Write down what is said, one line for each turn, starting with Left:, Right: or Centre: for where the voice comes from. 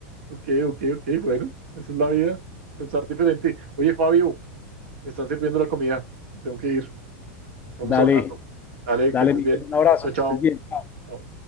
Right: Ok, ok, ok, bueno, esa es la vida, pensar diferente. Oye, Fabio. Me están sirviendo la comida. Tengo que ir. Estamos
Left: Dale,
Right: hablando. Dale,
Left: dale,
Right: que estés
Left: Miguel,
Right: bien.
Left: un abrazo,
Right: Chao,
Left: que
Right: chao.
Left: estés bien.
Right: Chao.